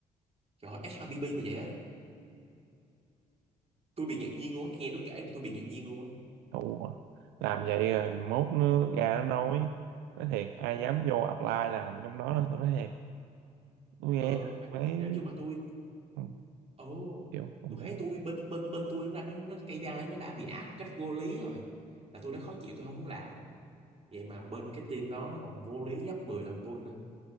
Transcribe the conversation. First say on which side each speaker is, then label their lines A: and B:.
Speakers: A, on the right; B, on the right.
A: Trời ơi, SRBB mà vậy á Tôi bị ngạc nhiên luôn á Nghe nó kể mà tôi bị ngạc nhiên luôn á
B: thua làm vậy rồi mốt nó ra nó nói nói thiệt ai dám vô apply làm trong đó nữa tôi nói thiệt tôi nghe
A: Ờ
B: tôi thấy
A: Nói chung mà tôi
B: ừ,
A: Ồ
B: hiểu không
A: Tôi
B: hiểu
A: thấy tôi bên bên bên tôi nó, nó KPI nó đã bị áp một cách vô lý rồi Là tôi đã khó chịu tôi không muốn làm rồi. Vậy mà bên cái team đó nó còn vô lý gấp 10 lần tôi nữa